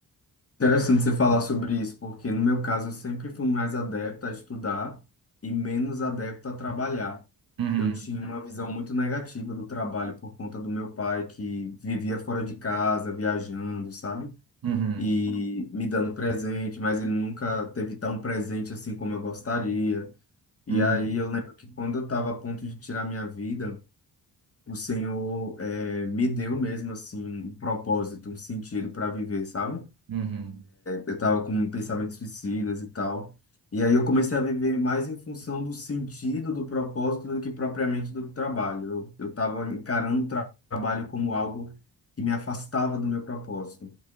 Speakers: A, on the left; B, on the right.
A: Interessante você falar sobre isso, porque no meu caso eu sempre fui mais adepto a estudar e menos adepto a trabalhar.
B: Uhum,
A: Eu tinha uma visão muito negativa do trabalho por conta do meu pai que vivia fora de casa, viajando, sabe?
B: uhum,
A: E me dando presente, mas ele nunca teve tão presente assim como eu gostaria. E
B: uhum,
A: aí eu lembro que quando eu estava a ponto de tirar minha vida, o Senhor eh, me deu mesmo assim um propósito, um sentido para viver, sabe?
B: uhum,
A: Eu tava com pensamentos suicidas e tal. E aí eu comecei a viver mais em função do sentido, do propósito, do que propriamente do trabalho. Eu, eu tava encarando o tra- trabalho como algo que me afastava do meu propósito.